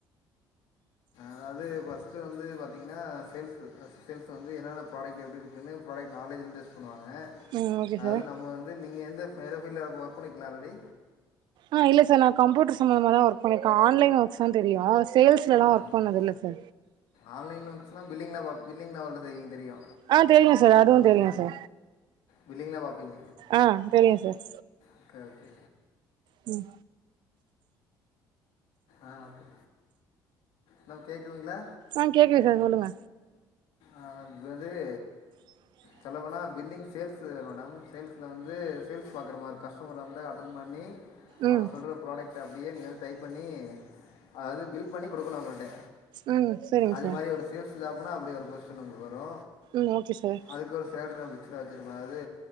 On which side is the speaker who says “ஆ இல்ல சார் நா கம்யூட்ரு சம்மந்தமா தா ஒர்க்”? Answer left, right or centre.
Right